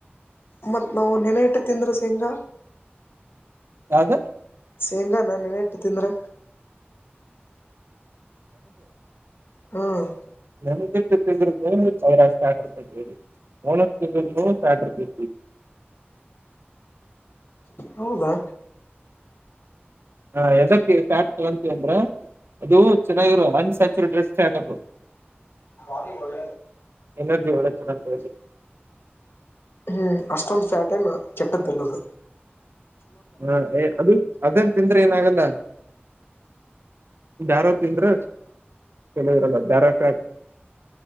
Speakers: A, on the left; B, on the right.
A: ಮತ್ತು ನಾವು ನೆನೆ ಹಿಟ್ಟು ತಿಂದ್ರ ಸಿಂಗ
B: ಯಾವ್ದ
A: ಶೇಂಗ ನಾ ನ ಇಟ್ಟು ತಿಂದ್ರೆ ಹ್ಮ್
B: ನಮಗೆಷ್ಟ ತಿಂದ್ರ ಅವರ ಸ್ಯಾಟ್ರ ತಟ್ಟರಿ ಓನ ತಿಂದ್ರ ಸ್ಯಾಟರ್ವಿ
A: ಹೌದಾ
B: ಹಾ ಎದಕ್ಕೆ ಪ್ಯಾಟ್ ತಂತೀ ಅಂದ್ರ ಅದು ಚೆಾಗಿರುವ ಒಂದ್ ಹಚ್ಚಿರ ಡ್ರೆಸ್ ಹಾಕಬಹುದು
A: ಬಾಲಿ ಒಳ್ಳ
B: ಎನರ್ಜಿ ಒಳ ಚ ನಗ
A: ಹ್ಮ್ ಅಷ್ಟೊ್ ಫ್ಯಾಟ ನ್ ಕೆಟ್ಟದ್ದಲ್ಲದ
B: ಹಾ ಅದು ಅದನ್ ತಿಂದ್ರೆ ಏನಾಗಲ್ಲ ಯಾರಾವ ತಿಂದ್ರ ಕೆಲಿದರಲ್ಲ ಯಾರಕ